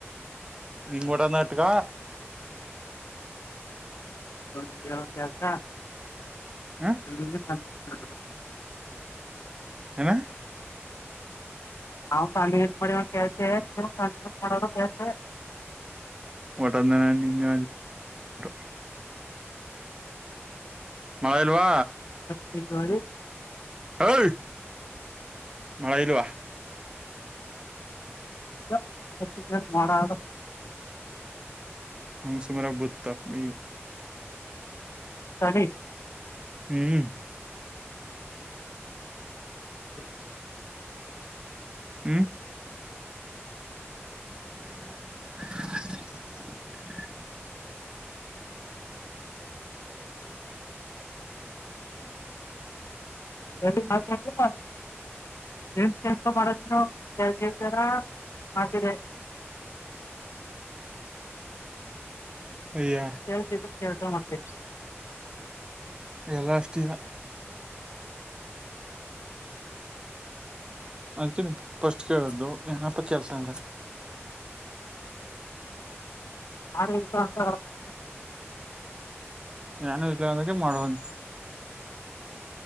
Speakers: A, on the right; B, on the left.
A: ನೀಂಗ ಊಡ ನಟಿಕ
B: <unintelligible> <unintelligible>
A: ಹ
B: <inaudible>
A: ಏನಾ
B: ನಾವ್ ಸ ಮಾಡ ಕೆಲ್ಸ ನೀ ಮಾಡೋ ಕೆಲ್ಸೇ
A: ಒಟ್ಟಂದನ ನಿಂಗ <unintelligible> ಮಳೆ ಇಲ್ವಾ
B: <unintelligible>
A: ಹಯ್ ಮಳೆ ಇಲ್ವಾ
B: <unintelligible>
A: ಹಂಗ್ ಸುಮಾರ ಬತ್ತಾ ಈಗ.
B: ಸರಿ.
A: ಹ್ಮ್.
B: <inaudible>
A: ಹ್ಮ. <unintelligible>
B: <unintelligible> <unintelligible>
A: ಅಯ್ಯ
B: ಕೇಳಿಸಿದರು ಕೆಲಸಲ್ಲಾ ಅಂತಿ.
A: ಇಲ್ಲಾ ಅಷ್ಟಿಲ್ಲ. <unintelligible> ಅದಕ ಫಸ್ಟ್ ಕೇಳ್ದು ಏನಪ್ಪ ಕೆಲ್ಸ ಅಂದ.
B: <unintelligible>
A: ನಾನ ಇಲ್ಲ ಅಂದಕ್ಕೆ ಮಾಡುವಂತ.